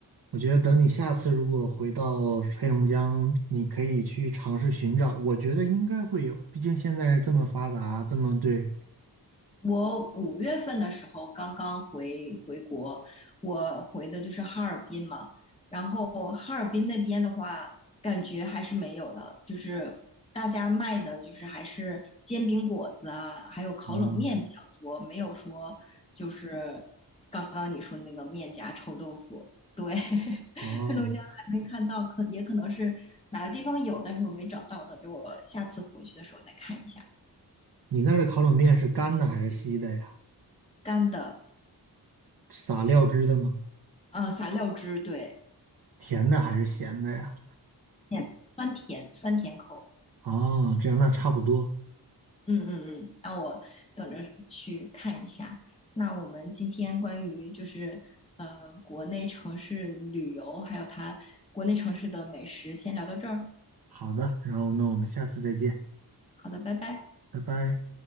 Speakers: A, on the right; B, on the left.
A: 我觉得等你下次如果回到黑龙江，你可以去尝试寻找，我觉得应该会有，毕竟现在这么发达，这么对，
B: 我五月份的时候刚刚回回国，我回的就是哈尔滨嘛。然后哈尔滨那边的话，感觉还是没有的，就是大家卖的就是还是煎饼果子啊，还有烤冷面比较多，
A: 嗯。
B: 没有说就是刚刚你说的那个面夹臭豆腐。对，<laughs>
A: 哦，
B: 黑龙江还没看到，可也可能是哪个地方有，但是我没找到，等着我下次回去的时候再看一下。
A: 你那儿的烤冷面是干的还是稀的呀？
B: 干的，
A: 撒料汁的吗？
B: 啊，撒料汁，对。
A: 甜的还是咸的呀？
B: 甜，酸甜酸甜口。
A: 哦，这样那差不多。
B: 嗯嗯嗯，那我等着去看一下。那我们今天关于就是呃国内城市旅游，还有它国内城市的美食，先聊到这儿。
A: 好的，然后那我们下次再见，
B: 好的，拜拜。
A: 拜拜。